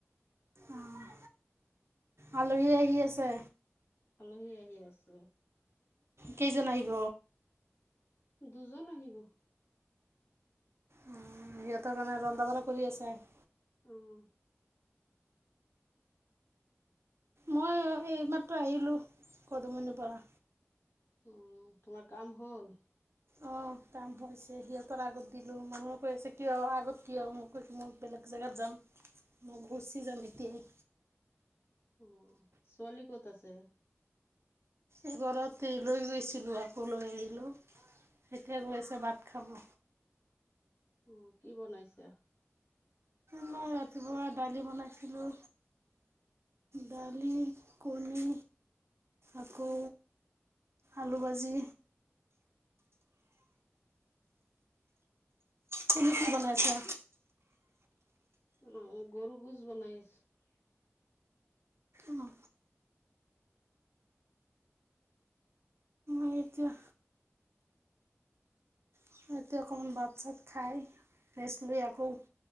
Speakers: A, on the right (about 65°); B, on the left (about 55°).
A: অ', আলহী আহি আছে।
B: আলহী আহি আছে।
A: কেইজন আহিব?
B: দুজন আহিব।
A: উম, সিহঁতৰ কাৰণে ৰন্ধা-বঢ়া কৰি আছে আৰু।
B: অঁহ।
A: মই এই মাত্ৰ আহিলোঁ কদুমণিৰ পৰা।
B: উমঁ, তোমাৰ কাম হ'ল?
A: অঁ, কাম হৈছে সিহঁতৰ আগত দিলো, মানুহে কৈ আছে কিয় আগত কিয়, মই কৈছো মই বেলেগ জেগাত যাম। মই ঘুচি যাম এতিয়াই।
B: অ' ছোৱালী ক'ত আছে?
A: এই গৰাতে লৈ গৈছিলো, আকৌ লৈ আহিলো। সেইতিয়া গৈ আছে ভাত খাব।
B: অ', কি বনাইছা?
A: মই ৰাতিপুৱা দালি বনাইছিলোঁ। ডালি, কণী। আকৌ আলু ভাজি।
B: <unintelligible> <unintelligible>
A: তুমি কি বনাইছা?
B: অঁহ', গৰু ভুজ বনাই আছো।
A: অঁ। সেইটোৱে। সিহঁতে অকমান বাত চাত খাই ৰেষ্ট লৈ আকৌ